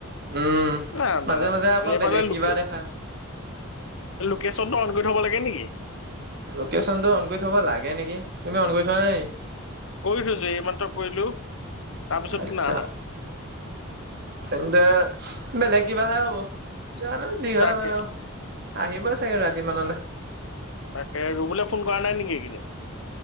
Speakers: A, on the right (about 45°); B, on the left (about 70°).
A: উম
B: না না
A: মাজে মাজে আকৌ
B: এইফালে
A: বেলেগ কিবা
B: লোকে
A: দেখায়
B: লোকেশচনটো অন কৰি থব লাগে নেকি?
A: লোকেশচন টো অন কৰি থব লাগে নেকি তুমি অন কৰি থোৱা নাই।
B: কৰিছো যে এইমাত্ৰ কৰিলো তাৰপিছত
A: আটচা
B: নাহা
A: তেন্তে বেলেগ কিবাহে হ'ব জানো যি হয়
B: তাকে
A: হ'ল আৰু আহিবই চাগে ৰাতি মানলৈ।
B: তাকে ৰুবলৈ ফোন কৰা নাই নেকি এইখিননে